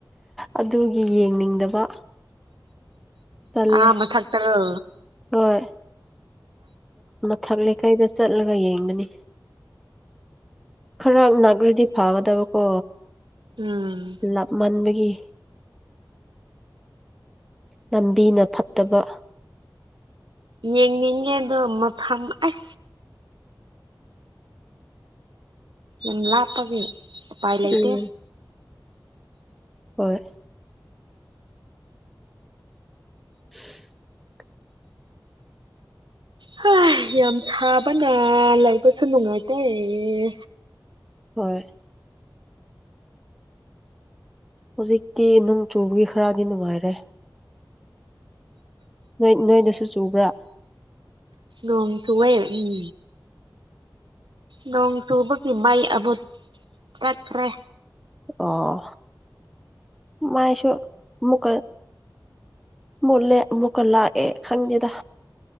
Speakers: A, in the centre; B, on the right.
A: ꯑꯗꯨꯒꯤ ꯌꯦꯡꯅꯤꯡꯗꯕ ꯇꯜꯂꯦ
B: ꯑ ꯃ ꯊꯥꯛ ꯇꯔꯣ
A: ꯍꯣꯏ ꯃꯊꯛ ꯂꯩꯀꯥꯏꯗ ꯆꯠꯂꯒ ꯌꯦꯡꯕꯅꯤ ꯈꯔ ꯅꯛꯂꯗꯤ ꯐꯒꯗꯕꯀꯣ
B: ꯎꯝ
A: ꯂꯥꯞꯃꯟꯕꯒꯤ ꯂꯝꯕꯤꯅ ꯐꯠꯇꯕ
B: ꯌꯦꯦꯦꯜꯗ ꯃꯄꯥꯥꯝꯥꯏ ꯌꯥꯝ ꯂꯥꯞꯄꯒꯤ ꯎꯄꯥꯏ ꯂꯩꯇꯦ
A: ꯎꯝ ꯍꯣꯏ <unintelligible>
B: ꯍ ꯌꯥꯝ ꯊꯥꯕꯅ ꯂꯩꯕꯁꯨ ꯅꯨꯡꯉꯥꯏꯇꯦꯌꯦ
A: ꯍꯣꯏ ꯍꯧꯖꯤꯛꯇꯤ ꯅꯣꯡ ꯆꯨꯕꯒꯤ ꯈꯔꯗꯤ ꯅꯨꯡꯉꯥꯏꯔꯦ ꯅꯣꯏ ꯅꯣꯏꯗꯁꯨ ꯆꯨꯕ꯭ꯔꯥ
B: ꯑꯣ ꯆꯕ ꯎꯝ ꯅꯣꯡ ꯆꯨꯕꯒꯤ ꯃꯩ ꯑꯗꯨꯕꯨ ꯆꯠꯈ꯭ꯔꯦ
A: ꯑꯣ ꯃꯥꯏꯁꯣ ꯃꯨꯀ ꯃꯣꯂꯦ ꯑꯃꯨꯀ ꯂꯥꯛ ꯑꯦ ꯈꯪꯉꯗ